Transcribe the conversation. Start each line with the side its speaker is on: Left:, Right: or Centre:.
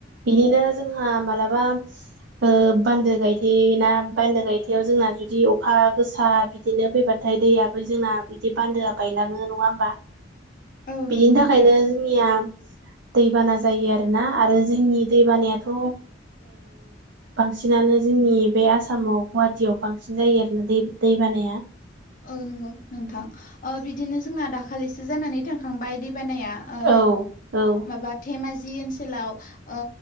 Right: बिनिनो जोंहा मालाबा ओ बान्दो गायथे ना बान्दो गायथेआव जोंना जुदि अखा गोसा बिदिनो फैबाथाय दैयाबो जोंना बिदि बान्दोआ बायलांङो नंङा होमबा।
Left: औ
Right: बिदिनि
Left: नंगौ नोंथां
Right: थाखायनो जोंनिया दैबाना जायो आरोना आरो जोंनि दै बानायाथ' ओ बांसिनानो जोंनि बे आसामाव गुवाहाटियाव औ बांसिन जायो आरोना दै दै बानाया।
Left: औ नंगौ नोंथां ओ बिदिनो जोंना दाखालिसो जानानै थांखांबाय दै दै बानाया ओ
Right: औ औ
Left: माबा धेमाजि जि ओनसोलाव ओ